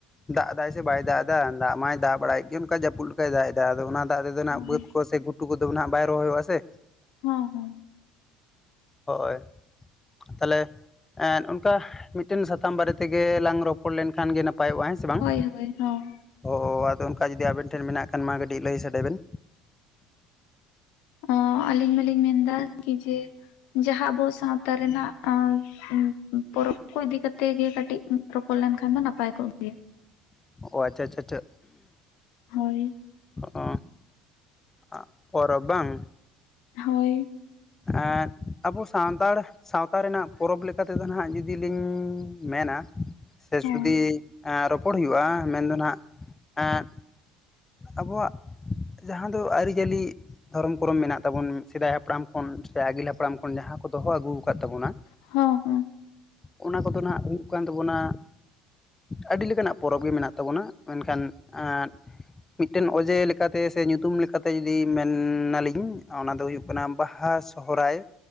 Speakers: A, on the left; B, on the left.
A: ᱫᱟᱜ ᱫᱟᱜ ᱥᱮ ᱵᱟᱭ ᱫᱟᱜ ᱮᱫᱟ ᱫᱟᱜ ᱢᱟᱭ ᱫᱟᱜ ᱵᱟᱲᱟᱭᱮᱫ ᱜᱮ ᱚᱱᱠᱟ ᱡᱟᱹᱯᱩᱫ ᱞᱮᱠᱟᱭ ᱫᱟᱜ ᱮᱫᱟ ᱟᱫᱚ ᱚᱱᱟ ᱫᱟᱜ ᱨᱮᱫᱚ ᱱᱟᱦᱟᱜ
B: ᱚ
A: ᱵᱟᱹᱫᱽ
B: ᱦᱮᱸ
A: ᱠᱚ ᱥᱮ ᱜᱩᱴ ᱜᱩᱴᱩ ᱠᱚᱫᱚ ᱱᱟᱦᱟᱸᱜ ᱵᱟᱭ ᱨᱚᱦᱚᱭ ᱚᱜ ᱟᱥᱮ᱾
B: ᱦᱚᱸ ᱦᱚᱸ
A: ᱦᱳᱭ ᱛᱟᱦᱚᱞᱮ ᱮᱸ ᱚᱱᱠᱟ ᱢᱤᱫ ᱴᱮᱱ ᱥᱟᱛᱟᱢ ᱵᱟᱨᱮ ᱛᱮᱜᱮ ᱞᱟᱝ ᱨᱚᱯᱚᱲ ᱞᱮᱱᱠᱷᱟᱱ ᱜᱮ ᱱᱟᱯᱟᱭᱚᱜᱼᱟ ᱦᱮᱸ ᱥᱮ ᱵᱟᱝ?
B: ᱦᱳᱭ ᱦᱳᱭ ᱦᱚᱸ
A: ᱚᱻ ᱟᱫᱚ ᱚᱱᱠᱟ ᱡᱩᱫᱤ ᱟᱵᱮᱱ ᱴᱷᱮᱱ ᱢᱮᱱᱟᱜ ᱠᱷᱟᱱ ᱢᱟ ᱠᱟᱹᱴᱤᱡ ᱞᱟᱹᱭ ᱥᱟᱰᱮ ᱵᱮᱱ?
B: ᱚᱻ ᱟᱞᱤᱧ ᱢᱟᱞᱤᱧ ᱢᱮᱱᱫᱟ ᱠᱤ ᱡᱮ ᱡᱟᱦᱟᱸ ᱟᱵᱚ ᱥᱟᱶᱛᱟ ᱨᱮᱱᱟᱜ ᱟᱸᱻ ᱯᱚᱨᱚᱵᱽ ᱠᱚ ᱤᱫᱤ ᱠᱟᱛᱮᱜ ᱜᱮ ᱠᱟᱹᱴᱤᱡ ᱨᱚᱯᱚᱲ ᱞᱮᱱᱠᱷᱟᱱ ᱫᱚ ᱱᱟᱯᱟᱭ ᱠᱚᱜ ᱜᱮᱭᱟ᱾
A: ᱚ ᱟᱪᱪᱷᱟ ᱟᱪᱪᱷᱟ ᱟᱪᱷᱟ
B: ᱦᱳᱭ
A: ᱚ ᱟ ᱯᱚᱨᱚᱵ ᱵᱟᱝ
B: ᱦᱳᱭ᱾
A: ᱮᱸᱻ ᱟᱵᱚ ᱥᱟᱱᱛᱟᱲ ᱥᱟᱶᱛᱟ ᱨᱮᱱᱟᱜ ᱯᱚᱨᱚᱵᱽ ᱞᱮᱠᱟ ᱛᱮᱫᱚ ᱱᱟᱦᱟᱸᱜ ᱡᱩᱫᱤ ᱞᱤᱧ ᱢᱮᱱᱟ᱾ ᱥᱮ
B: ᱦᱚᱸ
A: ᱥᱩᱫᱤ ᱨᱚᱯᱚᱲ ᱦᱩᱭᱩᱜᱼᱟ ᱢᱮᱱᱫᱚ ᱱᱟᱦᱟᱸᱜ ᱮᱸᱻ ᱟᱵᱚ-ᱟᱜ ᱡᱟᱦᱟᱸ ᱫᱚ ᱟᱹᱨᱤᱪᱟᱹᱞᱤ ᱫᱷᱚᱨᱚᱢ ᱠᱚᱨᱚᱢ ᱢᱮᱱᱟᱜ ᱛᱟᱵᱚᱱ ᱥᱮᱫᱟᱭ ᱦᱟᱯᱲᱟᱢ ᱠᱷᱚᱱ ᱥᱮ ᱟᱹᱜᱤᱞ ᱦᱟᱯᱲᱟᱢ ᱠᱷᱚᱱ ᱡᱟᱦᱟᱸ ᱠᱚ ᱫᱚᱦᱚ ᱟᱹᱜᱩ ᱠᱟᱫ ᱛᱟᱵᱚᱱᱟ,
B: ᱦᱳᱸ
A: ᱚᱱᱟ ᱠᱚᱫᱚ ᱱᱟᱸᱜ ᱦᱩᱭᱩᱜ ᱠᱟᱱ ᱛᱟᱵᱚᱱᱟ, ᱟᱹᱰᱤ ᱞᱮᱠᱟᱱᱟᱜ ᱯᱚᱨᱚᱵᱽ ᱜᱮ ᱢᱮᱱᱟᱜ ᱛᱟᱵᱚᱱᱟ ᱢᱮᱱᱠᱷᱟᱱ ᱮᱸᱻ ᱢᱤᱫᱴᱮᱱ ᱚᱡᱮ ᱞᱮᱠᱟᱛᱮ ᱥᱮ ᱧᱩᱛᱩᱢ ᱞᱮᱠᱟᱛᱮ ᱡᱩᱫᱤ ᱢᱮᱱᱟᱞᱤᱧ ᱚᱱᱟ ᱫᱚ ᱦᱩᱭᱩᱜ ᱠᱟᱱᱟ ᱵᱟ ᱵᱟᱦᱟ ᱥᱚᱦᱚᱨᱟᱭ,